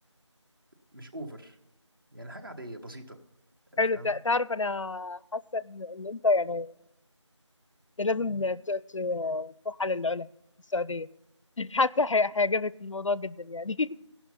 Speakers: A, on the right; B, on the left.
A: مش اوفر يعني حاجة عادية بسيطة
B: حلو
A: فاهمة
B: تع- تعرف انا حاسه ان إن انت يعني إنت لازم ت- ت- تروح على العلا السعوديه <laughs> حاسه هي- هيعجبك الموضوع جدا يعني <laughs>